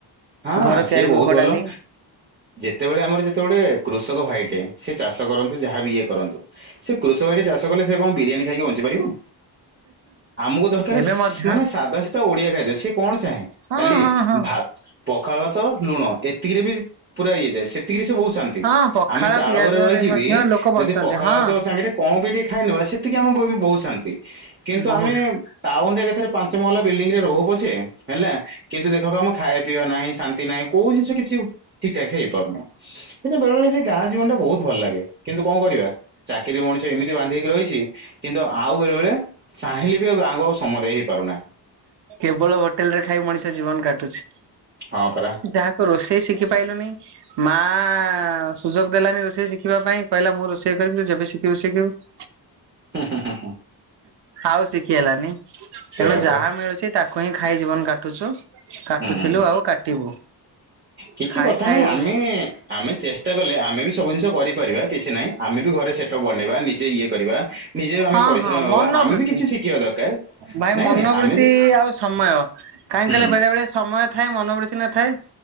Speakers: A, on the right (about 25°); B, on the right (about 75°).
A: ହଁ
B: ଘର
A: ସିଏ
B: ତିଆରି
A: ବହୁତ
B: ମୁଗ
A: ଭଲ।
B: ଡାଲି
A: ଯେତେବେଳେ ଆମର ଯେତେବେଳେ କୃଷକ ଭାଇଟେ ସେ ଚାଷ କରନ୍ତୁ ଯାହାବି ଇଏ କରନ୍ତୁ ସେ କୃଷକ ଭାଇଟି ଚାଷ କଲେ ସେ କଣ ବିରିୟାନୀ ଖାଇକି ବଞ୍ଚିପାରିବ? ଆମକୁ ଦରକାର
B: ଏବେ
A: ଶ୍
B: ମଧ୍ୟ
A: ମାନେ ସାଧା ସିଧା ଓଡିଆ ଖାଦ୍ୟ ସିଏ କଣ ଚାହେଁ?
B: ହଁ
A: କାଲି
B: ହଁ ହଁ
A: ଭାତ୍ ପଖାଳ ଭାତ ଲୁଣ ଏତିକିରେ ବି ପୁରା ଇଏ ଯାଏ ସେତିକିରେ ସେ ବହୁତ ଶାନ୍ତି।
B: ହଁ ପଖାଳ
A: ଆମେ ଚାଳ
B: ପିଆଜରେ
A: ଘରେ ରହିକ
B: ମଧ୍ୟ
A: ବି
B: ଲୋକ ବଞ୍ଚନ୍ତି
A: ଯଦି ପଖାଳ
B: ହଁ
A: ଭାତ ସାଙ୍ଗରେ କଁ ବି ଟିକେ ଖାଇ ନେବା ସେତିକି ଆମ ବହୁ ଶାନ୍ତି କିନ୍ତୁ
B: ବହୁତ
A: ଆମେ ଟାଉନ ରେ ଏକାଥରେ ପାଞ୍ଚ ମହଲା ବିଲଡିଂ ରେ ରହୁ ପଛେ ହେଲା କିନ୍ତୁ ଦେଖ ଆକୁଆମ ଖାଇବା ପିଅ ନାହିଁ ଶାନ୍ତି ନାହିଁ କୋଉ ଜିନିଷ କିଛି ଠିକ ଠାକ ସେ ହେଇପାରୁନୁ ଏତେ ବେଳେ ବେଳେ ସେ ଗାଁ ଜୀବନ ଟା ବହୁତ ଭଲ ଲାଗେ କିନ୍ତୁ କଁ କରିବା ଚାକିରି ମଣିଷ ଏମିତି ବାନ୍ଧି ହେଇକି ରହିଛି କିନ୍ତୁ ଆଉ ବେଳେ ବେଳେ ଚାହିଁଲେ ବି ଆଉ ଗାଁକୁ ଆଉ ସମ ଦେଇ ହେଇପାରୁନାହିଁ।
B: କେବଳ ହୋଟେଲ ରେ ଖାଇ ମଣିଷ ଜୀବନ କାଟୁଚି।
A: ହଁ ପରା।
B: ଯାହାକୁ ରୋଷେଇ ଶିଖି ପାଇଲୁନି ମା ସୁଯୋଗ ଦେଲାନି ରୋଷେଇ ଶିଖିବା ପାଇଁ କହିଲା ମୁଁ ରୋଷେଇ କରିବି ଯେବେ ଶିଖିବୁ ଶିଖିବୁ <inaudible>
A: ହୁଁ ହୁଁ ହୁଁ।
B: ଆଉ ଶିଖି ହେଲାନି
A: ସେଇଆ
B: ତେଣୁ ଯାହା
A: ପରା
B: ମିଳୁଛି ତାକୁ ହିଁ ଖାଇ ଜୀବନ କାଟ। କାଟୁଛୁ କାଟୁଥିଲୁ
A: ହୁଁ ହୁଁ, ହୁଁ।
B: ଆଉ କାଟିବୁ
A: କିଛି
B: ଖାଇ
A: କଥା
B: ଖାଇ
A: ନାହିଁ ଆମେ ଆମେ ଚେଷ୍ଟା କଲେ ଆମେ ବି ସବୁ ଜିନିଷ କରିପାରିବା କିଛି ନାହିଁ। ଆମେ ବି ଘରେ ସେଟପ ବନେଇବା ନିଜେ ଇଏ କରିବା। ନିଜେ ଆମେ
B: ହଁ
A: ପରିଶ୍ରମୀ
B: ହଁ
A: ହବା
B: ମନୋବୃତ୍ତି
A: ଆମେ ବି କିଛି ଶିଖିବା ଦରକାର
B: ଭାଇ
A: ନାଇଁ
B: ମନୋବୃତ୍ତି
A: ଆମେ ଯଦି
B: ଆଉ ସମୟ କାହିଁ
A: ହୁଁ
B: କହିଲେ ବେଳେ ବଳେ ସମୟ ଥାଏ ମନୋବୃତ୍ତି ନ ଥାଏ।